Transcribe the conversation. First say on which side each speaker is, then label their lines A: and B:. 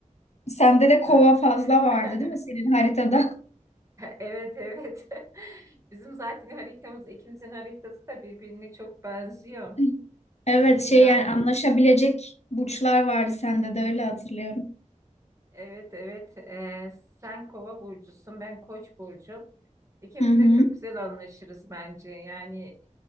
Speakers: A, on the left (about 55°); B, on the right (about 25°).
A: Sende de kova
B: Ha.
A: fazla
B: <laughs>
A: vardı değil mi senin haritada?
B: Evet evet. <laughs> Bizim zaten haritamız, ikimizin haritası da birbirine çok benziyor.
A: <laughs> Evet şey
B: Yani
A: yani anlaşabilecek burçlar vardı sende de öyle hatırlıyorum.
B: evet evet. Ee, sen Kova burcusun, ben Koç burcum. İkimiz
A: Hı hı.
B: de çok güzel anlaşırız bence. Yani